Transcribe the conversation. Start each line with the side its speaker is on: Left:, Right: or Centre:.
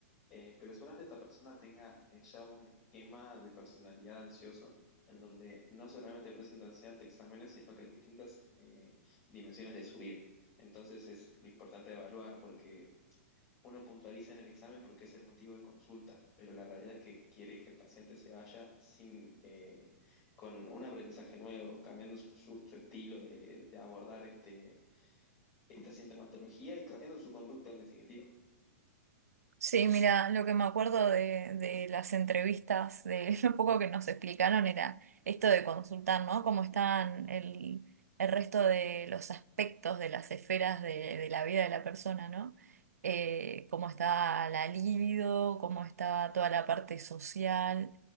Left: Eh, pero solamente esta persona tenga eh, ya un esquema de personalidad ansioso en donde no solamente presenta ansiedad ante exámenes, sino que en distintas eh, dimensiones de su vida. Entonces es lo importante de evaluar porque uno puntualiza en el examen porque es el motivo de consulta, pero la realidad es que quiere que el paciente se vaya sin, eh, con un aprendizaje nuevo, cambiando su, su- su estilo de, de abordar este, esta sintomatología y cambiando su conducta en definitiva.
Right: Sí, mira, lo que me acuerdo de, de las entrevistas, de <laughs> lo poco que nos explicaron era esto de consultar, ¿no? Cómo están el, el resto de los aspectos de las esferas de, de la vida de la persona, ¿no? Eh, cómo está la libido, cómo está toda la parte social,